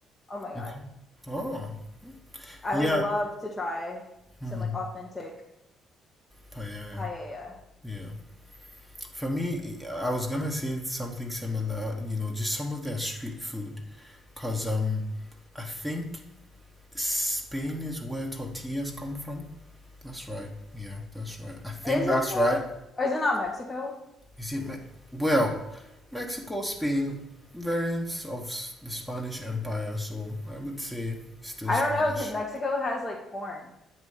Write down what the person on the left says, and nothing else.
Oh my god.
I
would love to try
some like authentic
paella.
Is
it though?
Or is it not Mexico?
I
don't know because Mexico has like corn.